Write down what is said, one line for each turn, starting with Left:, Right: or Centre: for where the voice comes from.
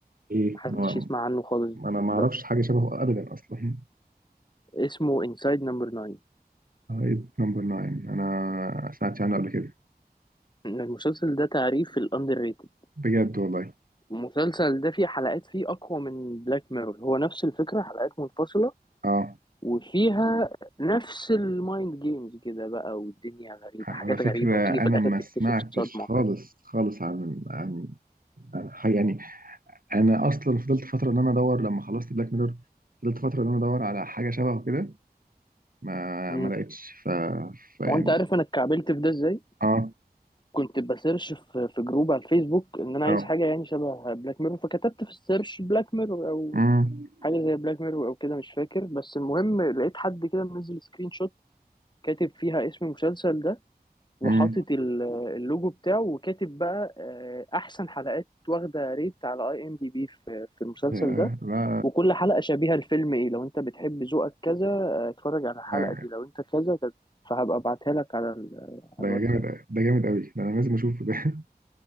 Right: ايه
Left: محدش
Right: انا
Left: يسمع عنه خالص
Right: انا ما
Left: بقى
Right: اعرفش حاجه شبهه ابدا اصلا
Left: اسمه انسايد نمبر 9
Right: هايد نمبر 9 انا سمعت عنه قبل كده
Left: المسلسل ده تعريف الاندر ريتد
Right: بجد والله
Left: المسلسل ده فيه حلقات فيه اقوى من بلاك ميرور هو نفس الفكره حلقات منفصله
Right: اه
Left: وفيها نفس المايند جيمز كده بقى والدنيا غريبه
Right: على
Left: حاجات
Right: فكرة
Left: غريبه وتيجي
Right: أنا
Left: في الاخر
Right: ما
Left: تكتشف
Right: سمعتش
Left: صدمه
Right: خالص
Left: فاهم
Right: خالص عن عن عن حاجة يعني أنا أصلا فضلت فترة إن أنا أدور لما خلصت بلاك ميرور فضلت فترة إن أنا أدور على حاجة شبهه كده ما
Left: مم.
Right: ما لقيتش ف... فيعني
Left: ما انت عارف انا اتكعبلت في ده ازاي
Right: آه
Left: كنت بسيرش في في جروب على الفيسبوك ان انا
Right: آه
Left: عايز حاجه يعني شبه بلاك ميرور فكتبت في السيرش بلاك ميرور او
Right: امم
Left: حاجه زي بلاك ميرور او كده مش فاكر بس المهم لقيت حد كده منزل سكرين شوت كاتب فيها اسم المسلسل ده وحاطط
Right: امم
Left: ال- اللوجو بتاعه وكاتب بقى آه، احسن حلقات واخده ريت على اي ام دي بي في في المسلسل
Right: ياه،
Left: ده
Right: لا
Left: وكل حلقه شبيهه لفيلم ايه لو انت بتحب ذوقك كذا آه، اتفرج على الحلقه
Right: ده
Left: دي لو انت كذا كذا فهبقى ابعتها لك على ال-
Right: ده
Left: على الواتساب
Right: جامد ده جامد قوي ده انا لازم اشوفه ده